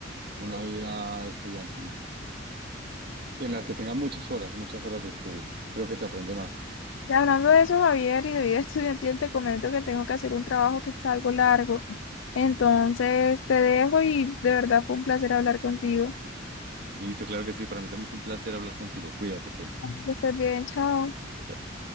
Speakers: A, on the right; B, on the left.
A: una vida estudiantil en la que tenga muchas horas, muchas horas de estudio. Creo que se aprende más.
B: Y hablando de eso, Javier, y de vida <laughs> estudiantil, te comento que tengo que hacer un trabajo que está algo largo. Entonces, te dejo y de verdad fue un placer hablar contigo.
A: Listo, claro que sí. Para mí también fue un placer hablar contigo. Cuídate, Kelly.
B: Que estés bien, chao.
A: Chao.